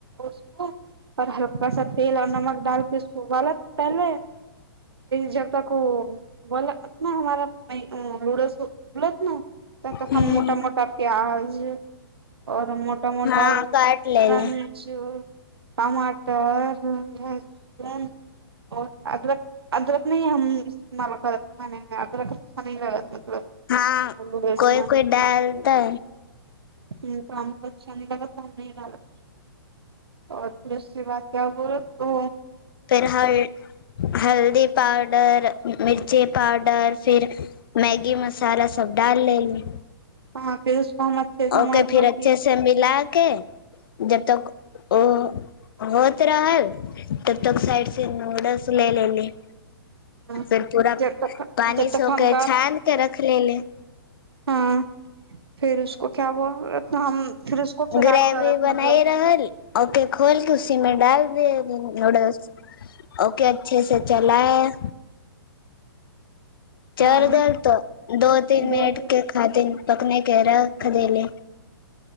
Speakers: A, on the right; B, on the left.
A: उसको आ हल्का सा तेल और नमक डालके उसको उबाला पहिनेे जब तक ओ उवाला हमार नूडल्स को बोलत न
B: हूं
A: हम मोटा मोटा प्याज ओर मोटा मोटा
B: हँ काट
A: शिमला
B: लेले
A: मिर्च टमाटर लहसुन आओ अदरक अदरक नहि हम इस्तेमाल करत खाने मे अदरक अच्छा नी लगत मतलब
B: हँ
A: नूडल्स
B: कोइ
A: मे
B: कोइ डालतै
A: ह त हमके अच्छा नय लगत‌ त‌हम नहीं डालत ओरतसी बात्य कर तू
B: फेर हल हल्दी पाउडर मिर्ची पाउडर फिर मैगी मसाला सब डाल लेली
A: हँ पेरस को हम अच्छे से
B: ओके
A: मतलब
B: फिर अच्छे
A: कि
B: से मिला के जब तक ओ होत रहल तब तक साइड से नूडल्स ले लेली
A: हाँ
B: फेर पूरा
A: जब तक
B: पानि
A: जब तक
B: से
A: हम
B: ओके छान के रख लेलि
A: हँ फिर उसको क्या बो हम फिर उसको फ्राई
B: ग्रेवी
A: करत
B: बनाई
A: मतलब
B: रहल ओके खोलके उसीमें डाल देब नूडल्स ओके अच्छे से चलाए चढ़
A: आ
B: गेल तो दो तीन
A: दपत
B: मिनट के खातिर पकने के रख
A: <unintelligible>
B: देले